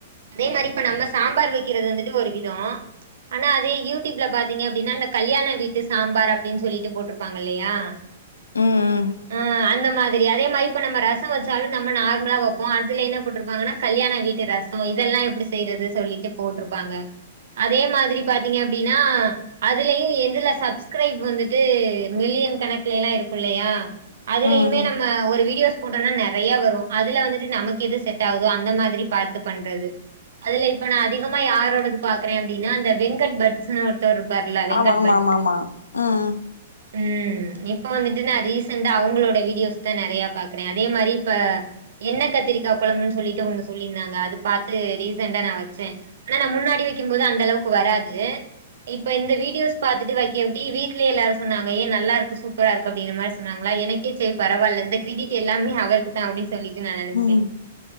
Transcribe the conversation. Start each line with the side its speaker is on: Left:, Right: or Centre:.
Right: அதே மாறி இப்ப நம்ம சாம்பார் வெக்கிறது வந்துட்டு ஒரு விதோ ஆனா அதே யூடியூப்ல பாத்திங்க அப்டின்னா அந்த கல்யாண வீட்டு சாம்பார் அப்டின் சொல்லிட்டு போட்ருப்பாங்கல்லயா
Left: ம்
Right: ஆ அந்த மாற் அதே மாறி இப்ப நம்ம ரசோ வச்சாலு நம்ம நார்மலா வப்போ அதுல என்ன போட்ருப்பாங்கனா கல்யாண வீட்டு ரஸ் இதெல்லா எப்டி செய்றது சொல்லிட்டு போட்ருப்பாங்க அதே மாதிரி பாத்திங்க அப்டின்னா அதுலயு எதுல சப்ஸ்க்ரைப் வந்துட்டூ மில்லி யன் கணக்குலல்லா இருக்கு இல்லையா அதுலயுமே
Left: ம்
Right: நம்ம ஒரு வீடியோஸ் போட்டோம்னா நெறய வரு அதுல வந்துட்டு நமக்கு எது செட் ஆகுதோ அந்த மாதிரி பாத்து பண்றது அதுல இப்ப நா அதிகமா யாரோடது பாக்குறே அப்டின்னா அந்த வெங்கட் பட்ஸ்னு ஒர் த்தர் இர்ப்பார்ல வெங்கட்
Left: ஆமா ஆமா
Right: பட்
Left: ஆமா ஆமா ம்
Right: ம் இப்ப வந்துட்டு நா ரீசண்ட்டா அவங்ளோட வீடியோஸ் தா நெறய பாக்குற அதே மாறி இப்ப என்ன கத்திரிக்கா கொழம்புன் சொல்லிட்டு ஒண்ணு சொல்லிர்ந்தாங்க பாத்து ரீசன்ட்டா நா வச்சே ஆனா நா முன்னாடி வக்கிம்போது அந்த அளவுக்கு வராது இப்ப இந்த வீடியோஸ் பாத்துட்டு வைக்க உட்டி வீட்லயே எல்லாரு சொன்னாங்க ஏ நல்லாருக்கு சூப்பரா இருக்கு அப்டிங்ற மார் சொன்னாங்ளா எனக்கே சேரி பரவால்ல இந்த க்ரிடிட் எல்லாமே அவருக்குதா அப்டின் சொ சொல்லிட்டு நா நெனச்சே
Left: ம்